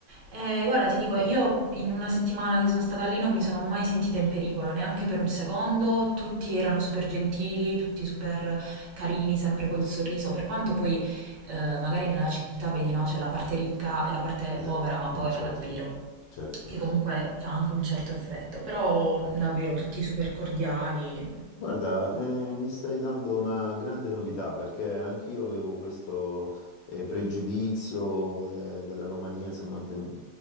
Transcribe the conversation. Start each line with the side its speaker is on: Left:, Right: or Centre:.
Right: E guarda, ti dico, io in una settimana che sono stata lì non mi sono mai sentita in pericolo, neanche per un secondo. Tutti erano super gentili, tutti super carini, sempre col sorriso. Per quanto poi, eh, magari nella città vedi, no? C'è la parte ricca e la parte
Left: Ed
Right: povera,
Left: è-
Right: ma povera
Left: mm, Certo,
Right: davvero.
Left: certo.
Right: Che comunque fa anche un certo effetto, però davvero tutti super cordiali.
Left: Guarda, eh, mi stai dando una grande novità perché anch'io avevo questo eh, pregiudizio eh, della Romania, insomma, che mm,